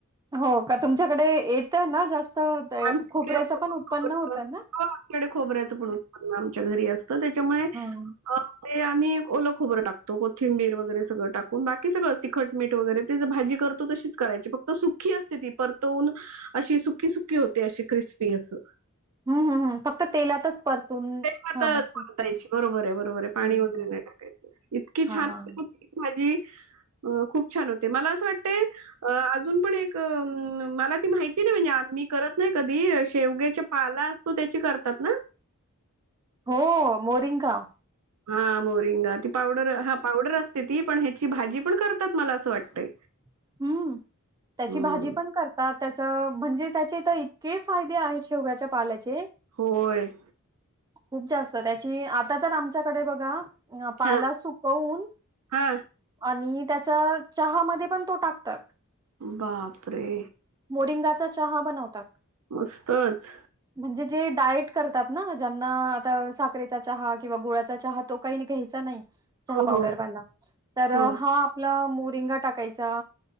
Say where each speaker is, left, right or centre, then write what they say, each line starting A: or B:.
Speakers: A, on the right; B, on the right.
A: हो का, तुमच्याकडे येत ना जास्त <unintelligible> तर
B: आमच्याकडे
A: खोबऱ्याच
B: ओलं
A: पण उत्पन्न
B: खोबरं
A: होतं
B: हो,
A: ना.
B: आमच्याकडे खोबऱ्याचं पण आमच्या घरी असत त्याच्यामुळे
A: हा.
B: ते आम्ही ओल खोबर टाकतो, कोथिंबीर वगैरे सगळं टाकून, बाकी सगळंच तिखट, मीठ, वगैरे ते भाजी करतो तशीच करायची, फक्त सुखी असते ती परतवून अशी सुकी-सुकी होते, अशी क्रिस्पी असं
A: हं, हं, हं. फक्त तेलातच परतून
B: ते
A: छान
B: आता
A: अशी
B: <unintelligible>
A: हं,
B: बरोबर आहे, बरोबर आहे, पाणी
A: हं.
B: वगैरे नाही टाकायच इतकी
A: हां.
B: छान हो <unintelligible> भाजी अ खूप छान होते, मला असं वाटतय अ अजून पण एक मला ती माहिती नाही म्हणजेी. करत नाही कधी शेवग्याच्या पाला असतो त्याची करतात ना.
A: हो मोरिंकाा.
B: हा मोरिंगा ती पावडर हा पावडर असते ती पण ह्याची भाजी पण करतात मला असं वाटतंय.
A: <inaudible> हम्म त्याची
B: हं.
A: भाजी पण करतात त्याच म्हणजे त्याचे तर इतके फायदे आहेत. शेवग्याच्या पाल्याचे.
B: होय.
A: खूप जास्त त्याची आता तर आमच्याकडे बघा. अ पाला
B: हा
A: सुकवून.
B: हा
A: आणि त्याचा चहा म पण तो टाकतात.
B: बापरे!
A: मोरिंगाचा चहा बनवतात.
B: मस्तच.
A: म्हणजे जे डायट करतात ना ज्यांना आता साखरेचा चहा किंवा गोळ्याचा चहा तो काही नाही काही. चहा
B: हो
A: पावडरवा
B: हो
A: तर
B: हो
A: हा आपला मोिंगा टाकायचा.